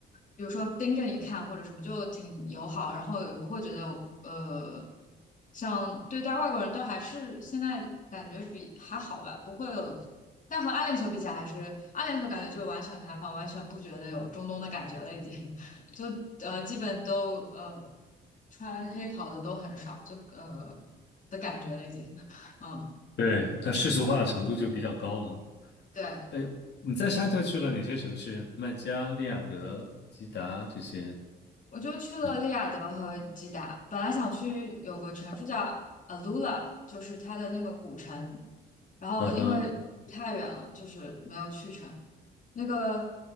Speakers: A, on the left (about 40°); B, on the left (about 60°).
A: 比如说盯着你看或者什么，就挺友好，然后也不会觉得，呃，像对待外国人都还是现在感觉比还好吧，不会有，但和阿联酋比起来，还是阿联酋感觉就完全开放，完全不觉得有中东的感觉了，已经，<laughs> 就呃基本都呃穿黑袍的都很少，就呃的感觉了已经，<laughs> 嗯。
B: 对，它世俗化的程度就比较高了。
A: 对。
B: 哎，你在沙特去了哪些城市？麦加、利雅得、吉达这些？
A: 我就去了利雅得和吉达，
B: 嗯
A: 本来想去有个城市叫 Alula，就是它的那个古城，然后因为太远了，
B: 嗯哼
A: 就是没有去成。那个